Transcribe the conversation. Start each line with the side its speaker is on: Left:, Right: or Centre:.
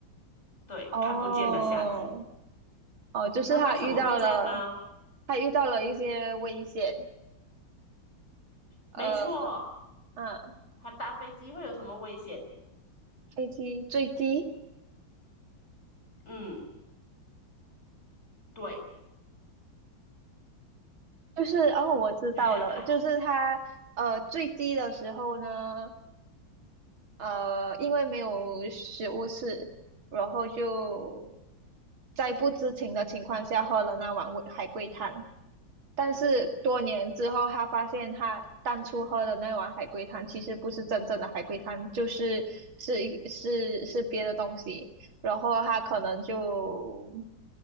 Left: 对看不见的瞎子。
Right: 哦哦，就是他遇到了，
Left: 那为什么会这样呢？
Right: 他遇到了一些危险，呃，
Left: 没错，
Right: 嗯，
Left: 他搭飞机会有什么危险？
Right: 飞机坠机，
Left: 嗯，对，
Right: 就是哦，我知道了，
Left: <laughs>
Right: 就是他呃坠机的时候呢。呃，因为没有食物吃，然后就在不知情的情况下喝了那碗味海龟汤。但是多年之后，他发现他当初喝的那碗海龟汤其实不是真正的海龟汤，就是是一是是别的东西。然后他可能就